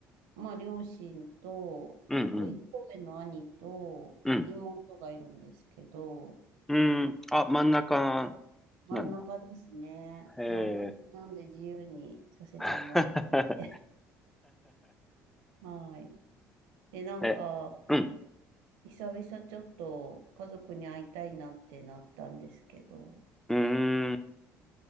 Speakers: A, on the right; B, in the centre.
A: まあ、両親と、
B: うんうん。
A: あと、一個上の兄と妹がいるんですけど、
B: うん。うん。あ、真ん中
A: 真ん中ですね。
B: なんだ。へ
A: 真ん中なんで自由にさせてもらって。
B: え。<laughs>
A: はい。で、なんか、
B: え、うん。
A: 久々ちょっと家族に会いたいなってなったんですけど、
B: うーん。